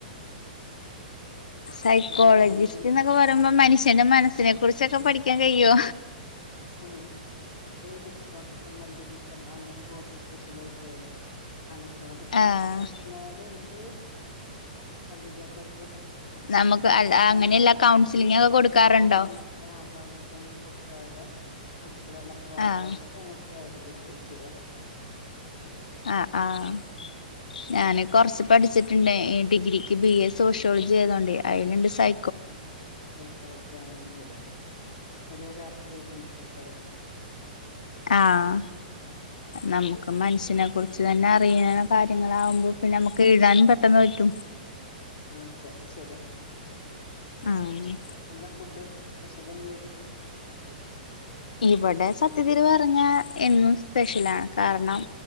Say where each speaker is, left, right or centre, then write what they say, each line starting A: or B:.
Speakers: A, on the left (about 65°); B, on the left (about 35°).
A: സൈക്കോളജിസ്റ്റ്
B: ഫുഡ് എന്താണ്
A: ന്നൊക്കെ പറയുമ്പോ മനുഷ്യന്റെ മനസ്സിനെ കുറിച്ചൊക്കെ പഠിക്കാൻ കഴിയോ?
B: ഹ് ഹാ ഡിപ്നോട്ടിസം മെന്റലിസം അങ്ങനെ <unintelligible> സ്പെഷ്യലൈസ് ചെയ്യണം മനസിനെപറ്റി
A: ആഹ്
B: പഠിക്കാ പർഞ്ഞാല് നമുക്ക് കണ്ടിന്യുസ് ആയിട്ട് <unintelligible>
A: നമുക്ക് അല്ല
B: സംസാരിച്ച്
A: അങ്ങനെയല്ല കൗൺസിലിംഗ് ഒക്കെ
B: അവരുടെ
A: കൊടുക്കാറുണ്ടോ
B: പ്രോബ്ലംസ് ആഹ് കൗൺസിലിംഗ് കൊ ടെ മനസ്സില്ള്ള പ്രോബ്ലംസൊക്കെ
A: ആഹ്
B: ഐഡന്റി ഫൈ ചെയ്യാ
A: ആഹ് ആഹ് ഞാന് കൊർച്ച് പഠിച്ചി ച്ചിട്ട്ണ്ടെ ഈ ഡിഗ്രിക്ക് ബി എ സോഷ്യോളജി ആയതോണ്ട് അയ്ല്ണ്ട് സൈ
B: <unintelligible> റ്റുലെ പലെ പേപ്പറ് വേര്ന്ണ്ട് സൈകോളജി
A: ആഹ് നമുക്ക് മനുഷ്യനെ കുറിച്ച് തന്നെ അറിയ്ണ കാര്യങ്ങളാകുമ്പ പിന്നെ നമു എഴ്താനും പെട്ടെന്ന് പറ്റും
B: ആഹ് ശര്യ
A: ആഹ്
B: എന്താ ഫുഡ് സ്പെഷ്യല് എന്തെയ്ര്ന്നു
A: ഇവടെ സത്യത്തില് പർഞാ എന്നും സ്പെഷ്യലാണ് കാരണം